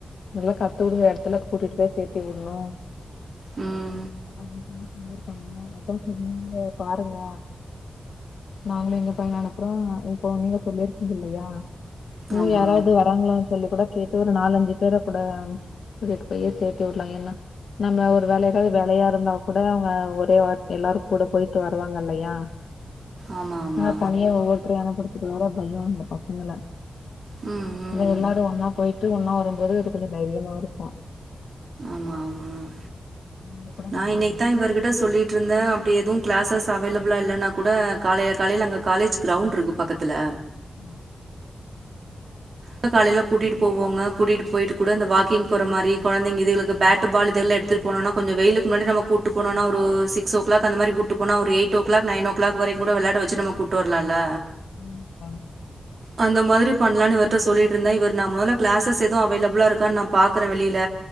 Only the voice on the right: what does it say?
உம்
ஆமா
ஆமா ஆமா
ம் ம்
ஆமா ஆமா
நா
இன்னைக்கிதா இவர்கிட்ட சொல்லிட்ருந்தே ப்டி எதுவு கிளாசஸ் அவைலபிளா இல்லன்னா கூட காலைல காலைல அங்க காலேஜ் கிரவுண்ட் இருக்கு பக்கத்துல
<unintelligible> காலைல கூட்டிட்டு போவாங்க கூட்டிட்டு போயிட்டு கூட இந்த வாக்கிங் போற மாரி கொழந்தைங்க இதுகளுக்கு பேட்டு பால் இதெல்லா எடுத்துட்டு போனோன்னா கொஞ்சோ வெயிலுக்கு முன்னாடி நம்ம கூட்டு போனோன்னா ஒரு சிக்ஸ் ஓ கிளாக் அந்த மாரி கூட்டு போனா ஒரு eight o'clock nine o'clock வரைக்கு கூட வெளையாட வச்சு நம்ம கூட்டு வர்லால்ல
அந்த மாதிரி பண்லான்னு வர் ட்ட சொல்லிட்டு இருந்தே இவர் நா மொதல்ல கிளாசஸ் எதுவு அவைலபிளா இருக்கான்னு நா பாக்குறே வெளில